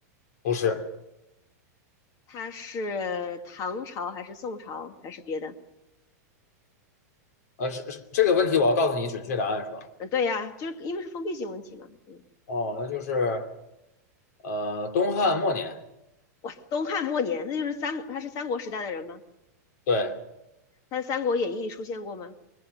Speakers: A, on the left (about 70°); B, on the left (about 40°).
A: 不是，
B: 他是唐朝还是宋朝还是别的？
A: 呃，是是这个问题，我要告诉你准确答案是吧？
B: 嗯，对呀，就是因为是封闭性问题嘛。嗯，
A: 哦，那就是呃，东汉末年，
B: 哇，东汉末年，那就是三，他是三国时代的人吗？
A: 对，
B: 他在《三国演义》里出现过吗